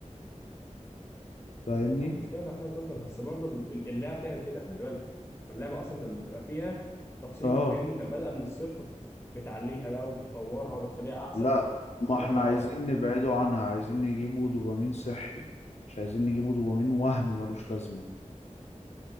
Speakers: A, on the left; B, on the left.
A: فاهمني
B: هو المشكله انا فاهم قصدك بس برضو ال- ال- اللعبه بتعمل كده خلي بالك ما اللعبه اصلا انت بتبقى فيها شخصيتك
A: اه
B: فاهمني تبقى بادئه من الصفر بتعليها بقى وبتطورها وبتخليها احسن
A: لا ما
B: تعلمها
A: احنا
B: مهارات
A: عايزين نبعده عنها عايزين نجيبه دوبامين صحي مش عايزين نجيبه دوبامين وهم ملوش لازمه